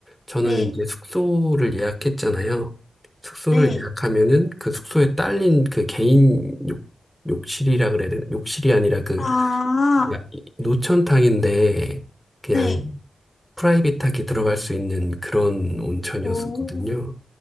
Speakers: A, in the centre; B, on the left (about 50°).
A: 저는
B: 네.
A: 이제 숙소를 예약했잖아요. 숙소를
B: 네.
A: 예약하면은 그 숙소에 딸린 그 개인 욕, 욕실이라 그래야 되나? 욕실이 아니라 그
B: 아.
A: 그냥 이- 노천탕인데 그냥
B: 네.
A: 프라이빗하게 들어갈 수 있는 그런 온천이었었거든요.
B: 오.